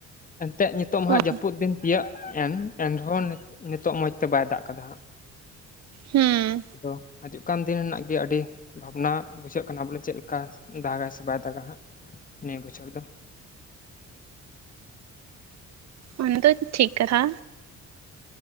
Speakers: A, on the left (about 25°); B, on the right (about 60°).
A: ᱮᱱ ᱛᱮᱫ ᱱᱤᱛᱚᱜ ᱦᱟᱜ
B: ᱚ
A: ᱡᱟᱹᱯᱩᱫ ᱫᱤᱱ ᱛᱤᱭᱟᱟᱹᱜ ᱮᱱ ᱮᱱ ᱨᱮ ᱦᱚᱸ ᱱᱤᱛᱚᱜ ᱢᱚᱸᱡᱽ ᱛᱮ ᱵᱟᱭ ᱫᱟᱜ ᱠᱟᱫᱟ ᱦᱟᱸᱜ
B: ᱦᱩᱸ
A: ᱟᱫᱚ ᱦᱤᱡᱩᱜ ᱠᱟᱱ ᱫᱤᱱ ᱨᱮᱱᱟᱜ ᱜᱮ ᱟᱹᱰᱤ ᱵᱷᱟᱵ ᱱᱟ ᱵᱩᱡᱷᱟᱹᱜ ᱠᱟᱱᱟ ᱵᱚ ᱞᱮ ᱪᱮᱫ ᱞᱮᱠᱟ ᱫᱟᱜᱟ ᱥᱮ ᱵᱟᱭ ᱫᱟᱜᱟ ᱦᱟᱸᱜ ᱱᱤᱭᱟᱹ ᱵᱚᱪᱷᱚᱨ ᱫᱚ
B: ᱚᱱᱟ ᱫᱚ ᱴᱷᱤᱠ ᱠᱟᱛᱷᱟ